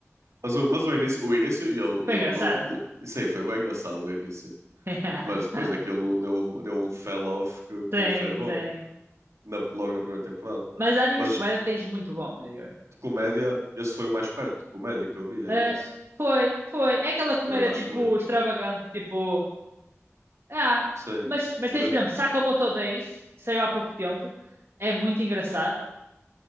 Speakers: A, on the right; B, on the right.
A: mas, o, mas o início, o início, eu,
B: Foi
A: eu
B: engraçado.
A: dou. Eu, sei, foi bem engraçado o início.
B: <laughs>
A: Mas depois aquilo deu, deu um fell off que, que
B: Sim,
A: nem foi bom.
B: sim.
A: na- logo na primeira temporada.
B: Mas animes
A: Mas
B: de
A: de
B: comédia tens muito bons, Igor.
A: comédia, esse foi o mais perto de comédia que eu vi, I
B: Ah,
A: guess.
B: foi, foi. É aquela comédia
A: Foi o mais
B: tipo
A: chulé.
B: extravagante, tipo. Ah,
A: sim.
B: mas, mas
A: Mas
B: tens,
A: é,
B: por exemplo, Sakamoto Days, que saiu há pouco tempo. É muito engraçado.